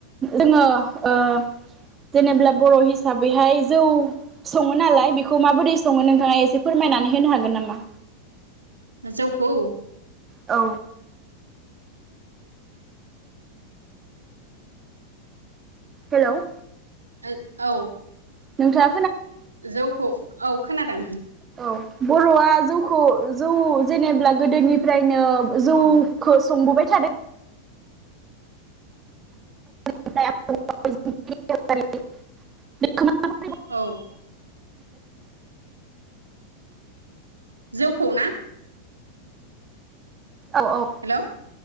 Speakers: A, on the right; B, on the right.
A: जोङो ओ जेनेब्ला बर' हिसाबैहाय जौ सङो नालाय बेखौ माबोरै सङो नोंथाङा एसे फोरमायनानै होनो हागोन नामा?
B: जौखौ?
A: औ हेल'
B: ओद औ
A: नोंथा
B: जौखौ औ खोनादों
A: औ बरआ जौखौ जौ जेनेब्ला गोदोनिफ्राय नो जौखौ
B: औ
A: संबोबाय थादो <unintelligible>
B: औ जौखौ ना?
A: औ औ
B: हेलौ